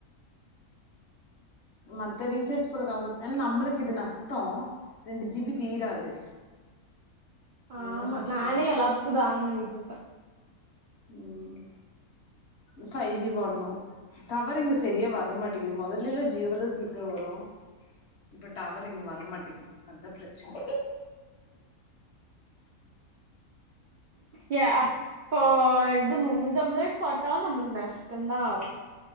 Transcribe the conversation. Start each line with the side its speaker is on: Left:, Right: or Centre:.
Left: மத்த ரீசார்ஜ் குட கம்ப ஏனா நம்ளுக்கு இது நஷ்ட்டோ ரெண்டு ஜீ பி தீராது அதனால
Right: ஆமா
Left: நஷ்டோ
Right: நானே எல்லாத்துக்கு தான பண்ணிட்ருப்பே
Left: ம் ஃபை ஜி பண்ணு டவறு இங்க செரியா வரமாட்டேங்கிது மொதலெல்லா ஜியோ இதுல சீக்ரோ வரு இப்ப டவர் இங்க வரமாட்டேக்கிது அதா பிரச்சன
Right: யா அப் இப்போ இது முன்னூத்தம்பதுருவாய்க்கு போட்டாலு நம்ளுக்கு நஷ்ட்ட தா ஆகுது